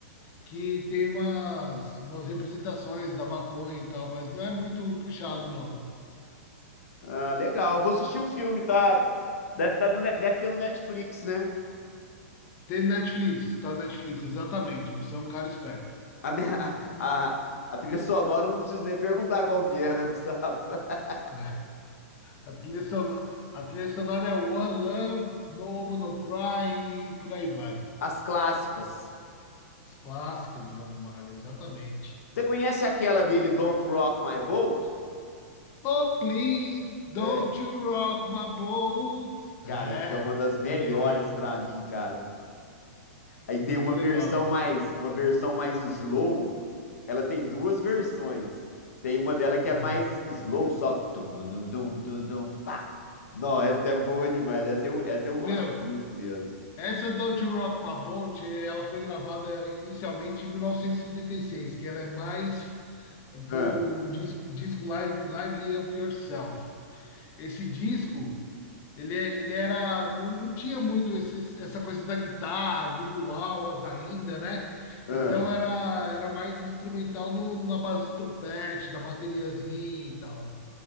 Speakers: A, on the left; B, on the left.
A: que tem umas, umas representações da maconha e tal, mas não é muito puxado, não.
B: Ah, legal. Eu vou assistir o filme, tá? Deve, tá no, Ne- deve ter no Netflix, né?
A: Tem Netflix, tá no Netflix, exatamente. Você é um cara esperto.
B: A, ne- <laughs> a, a, trilha sonora eu não preciso nem perguntar qual que é, né, Gustavo? <laughs>
A: <laughs> A trilha sonora, a trilha sonora é One Love, No Woman No Cry e por aí vai.
B: As clássicas.
A: Os clássicos do Bob Marley, exatamente.
B: Você conhece aquela dele, Don't Rock My Boat?
A: Oh, please, don't
B: É,
A: you rock my boat.
B: cara,
A: É,
B: essa é uma das melhores
A: legal,
B: pra mim, cara. Aí tem
A: muito
B: uma
A: legal.
B: versão mais, uma versão mais slow. Ela tem duas versões. Tem uma dela que
A: Aham.
B: é mais slow, só tum dum dum dum dum dum, pá. Não, essa é boa demais. Essa eu, essa eu
A: Meu,
B: gosto muito mesmo.
A: essa Don't You Rock My Boat, eh, ela foi gravada inicialmente em mil novecentos e e sessenta e seis, que ela é mais, foi
B: Ah,
A: o disco, disco Live, Lively Up Yourself. Esse disco Ele, ele era. Não, não tinha muito esses- essa coisa da guitarra, dos uauas ainda, né?
B: ah.
A: Então era, era mais instrumental no- na base do trompete, da bateriazinha e tal, né?